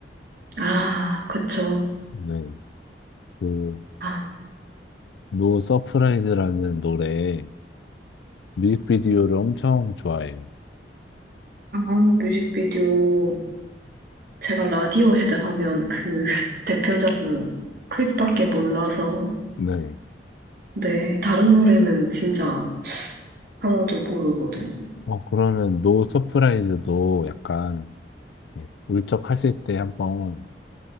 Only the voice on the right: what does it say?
아, 그쵸.
아,
아, 뮤직비디오. 제가 라디오헤드 하면 그 <laughs> 대표적인 클립밖에 몰라서
네, 다른 노래는 진짜 하나도 모르거든요.